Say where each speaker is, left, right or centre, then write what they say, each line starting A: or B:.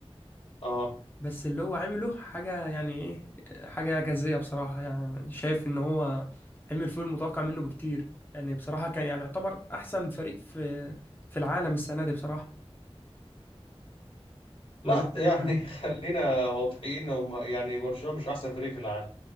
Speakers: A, on the left; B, on the left.
A: اه
B: بس اللي هو عمله حاجة يعني ايه حاجة إعجازية بصراحة يعني شايف إن هو عمل فوق المتوقع منه بكتير يعني بصراحة كان يعني يعتبر أحسن فريق في في العالم السنة دي بصراحة
A: لا
B: ولا أنت
A: يعني
B: إيه رأيك؟
A: <laughs> خلينا واضحين هم يعني برشلونة مش احسن فريق في العالم